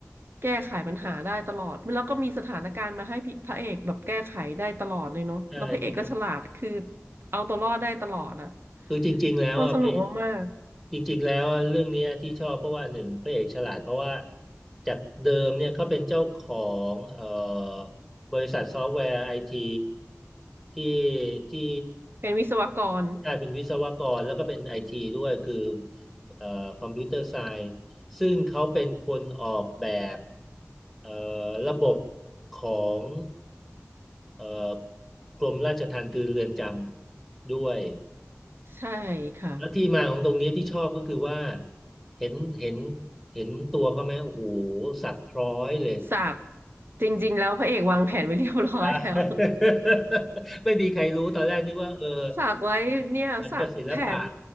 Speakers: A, on the right; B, in the centre.
A: แก้ไขปัญหาได้ตลอดแล้วก็มีสถานการณ์มาให้พี่พระเอกแบบแก้ไขได้ตลอดเลยเนาะแล้วพระเอกก็ฉลาดคือ
B: ใช่ใช่
A: เอาตัวรอดได้ตลอดอะ
B: คือจริงๆแล้วอ่ะพระเอก
A: มันสนุกมาก
B: จริงๆแล้วเรื่องเนี้ยที่ชอบเพราะว่าหนึ่งพระเอกฉลาดเพราะว่าจากเดิมเนี่ยเขาเป็นเจ้าของเอ่อบริษัทซอฟต์แวร์ไอทีที่ที่
A: ๆเป็นวิศวกร
B: ได้เป็นวิศวกรแล้วก็เป็นไอทีด้วยคือเอ่อคอมพิวเตอร์ไซน์ซึ่งเขาเป็นคนออกแบบเอ่อระบบของเอ่อกรมราชทัณฑ์คือเรือนจำด้วย
A: ใช่ค่ะ
B: แล้วที่มาของตรงเนี้ยที่ชอบก็คือว่าเห็นเห็นเห็นตัวเขาไหมโอ้โหสัตว์พร้อยเลย
A: สักจริงๆแล้วพระเอกวางแผนไว้เรียบร้อยแล้ว
B: อ่า <laughs> ไม่มีใครรู้ตอนแรกนึกว่าเออ
A: <laughs> สักไว้เนี่ยสักแผน
B: เออมันกับศิลปะ